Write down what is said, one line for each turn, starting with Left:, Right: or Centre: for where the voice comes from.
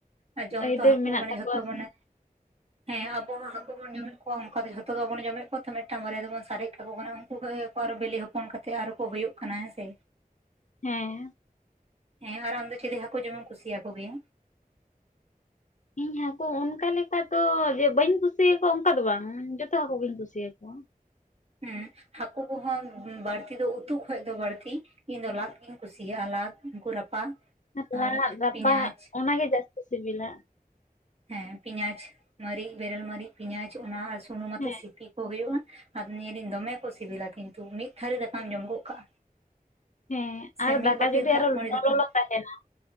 Right: ᱟᱨ ᱡᱚᱢ
Left: ᱟᱹᱭᱫᱟᱹᱨ
Right: ᱛᱚ ᱦᱟᱹᱠᱩ
Left: ᱢᱮᱱᱟᱜ
Right: ᱢᱟᱱᱮ
Left: ᱛᱟᱠᱚᱣᱟ
Right: ᱡᱷᱚᱛᱚ ᱢᱟᱱᱮ
Left: ᱥᱮ <inaudible>
Right: ᱦᱮᱸ ᱟᱵᱚ ᱦᱚᱸ ᱦᱟᱹᱠᱩ ᱵᱚᱱ ᱡᱚᱢᱮᱫ ᱠᱚᱣᱟ, ᱚᱝᱠᱟ ᱫᱚ ᱡᱷᱚᱛᱚ ᱫᱚ ᱵᱟᱵᱚᱱ ᱡᱚᱢᱮᱫ ᱠᱚᱣᱟ ᱛᱚ ᱢᱤᱫᱴᱟᱝ ᱵᱟᱨᱭᱟ ᱫᱚᱵᱚᱱ ᱥᱟᱨᱮᱡ ᱠᱟᱠᱚ ᱠᱟᱱᱟ ᱩᱝᱠᱩ ᱠᱚ ᱠᱚ ᱟᱨ ᱵᱤᱞᱤ ᱦᱚᱯᱚᱱ ᱠᱟᱛᱮᱫ ᱟᱨᱚ ᱠᱚ ᱦᱩᱭᱩᱜ ᱠᱟᱱᱟ ᱦᱮᱸ ᱥᱮ
Left: ᱦᱮᱸ
Right: ᱦᱮᱸ ᱟᱨ ᱟᱢ ᱫᱚ ᱪᱤᱞᱤ ᱦᱟᱹᱠᱩ ᱡᱚᱢᱮᱢ ᱠᱩᱥᱤᱭᱟᱠᱚ ᱜᱮᱭᱟ?
Left: ᱤᱧ ᱦᱟᱠᱩ ᱚᱱᱠᱟ ᱞᱮᱠᱟ ᱫᱚ ᱡᱮ ᱵᱟᱹᱧ ᱠᱩᱥᱤᱭᱟᱠᱚᱣᱟ ᱚᱝᱠᱟ ᱫᱚ ᱵᱟᱝ ᱡᱚᱛᱚ ᱦᱟᱠᱩ ᱜᱤᱧ ᱠᱩᱥᱤᱭᱟᱠᱚᱣᱟ᱾
Right: ᱦᱩᱸ ᱦᱟᱠᱩ ᱠᱚᱦᱚᱸ ᱵᱟᱹᱲᱛᱤ ᱫᱚ ᱩᱛᱩ ᱠᱷᱚᱡ ᱫᱚ ᱵᱟᱲᱛᱤ ᱤᱧ ᱫᱚ ᱞᱟᱫ ᱜᱧ ᱠᱩᱥᱤᱭᱟᱜᱼᱟ, ᱞᱟᱫ ᱩᱝᱠᱩ ᱨᱟᱯᱟᱜ
Left: ᱠᱷᱟᱱᱛᱟ
Right: ᱟᱨ
Left: ᱟᱲᱟᱜ ᱨᱟᱯᱟᱜ
Right: ᱯᱮᱸᱭᱟᱡᱽ
Left: ᱚᱱᱟᱜᱮ ᱡᱟᱹᱥᱛᱤ ᱥᱤᱵᱤᱞᱟ
Right: ᱦᱮᱸ ᱯᱮᱸᱭᱟᱡᱽ ᱢᱟᱨᱤᱪ ᱵᱮᱨᱮᱞ ᱢᱟᱨᱤᱡ ᱯᱮᱸᱭᱟᱡ ᱚᱱᱟ ᱟᱨ ᱥᱩᱱᱩᱢ ᱟᱛᱮᱜ
Left: ᱦᱮᱸ
Right: ᱥᱤᱯᱤ ᱠᱚ ᱦᱩᱭᱩᱜᱼᱟ᱾ ᱟ ᱱᱤᱭᱟᱹ ᱫᱤᱱ ᱫᱚᱢᱮ ᱠᱚ ᱥᱤᱵᱤᱞᱟ ᱠᱤᱱᱛᱩ ᱢᱤᱫ ᱫᱷᱟᱹᱲᱤ ᱫᱟᱠᱟᱢ ᱡᱚᱢ ᱜᱚᱫ ᱠᱟᱜᱼᱟ᱾
Left: ᱦᱮᱸ
Right: ᱥᱮ
Left: ᱟᱨ
Right: ᱢᱤᱫ
Left: ᱫᱟᱠᱟ
Right: ᱵᱟᱹᱴᱤ
Left: ᱡᱩᱫᱤ
Right: ᱫᱟᱜ
Left: ᱟᱨᱚ ᱞᱚᱞᱚ
Right: ᱢᱟᱹᱲᱤ ᱫᱟᱠᱟ
Left: ᱞᱚᱞᱚ ᱛᱟᱦᱮᱱᱟ᱾